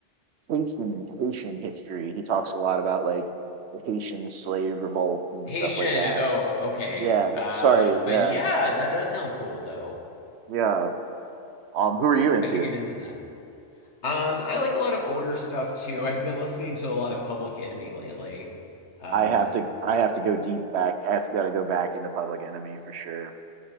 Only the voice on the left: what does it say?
Haitian.
Oh, okay.
Uh,
but yeah, that does sound cool though.
I could get into that. Um, I like a lot of older stuff too. I've been listening to a lot of Public Enemy lately. Um,